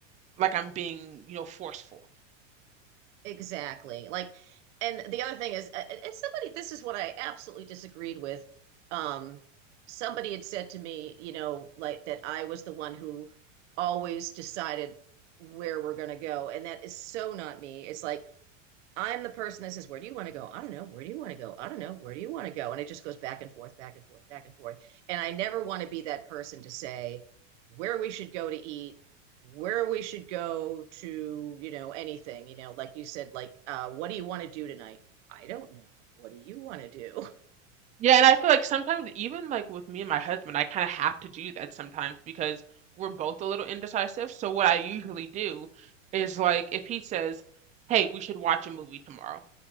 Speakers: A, on the right; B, on the right.
A: like I'm being, you know, forceful.
B: Exactly. Like, and the other thing is, uh, and somebody, this is what I absolutely disagreed with. Um, somebody had said to me, you know, like that I was the one who always decided where we're going to go. And that is so not me. It's like I'm the person that says, Where do you want to go? I don't know. Where do you want to go? I don't know. Where do you want to go? And it just goes back and forth, back and forth, back and forth. And I never want to be that person to say where we should go to eat, where we should go to, you know, anything, you know, like you said, like, uh, what do you want to do tonight? I don't know. What do you want to do? <laughs>
A: Yeah, and I feel like sometimes even like with me and my husband, I kind of have to do that sometimes because we're both a little indecisive. So what I usually do is like if he says, "Hey, we should watch a movie tomorrow."